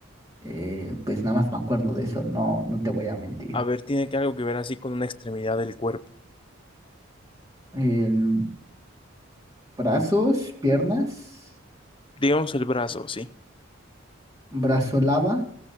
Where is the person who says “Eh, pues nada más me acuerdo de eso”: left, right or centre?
Right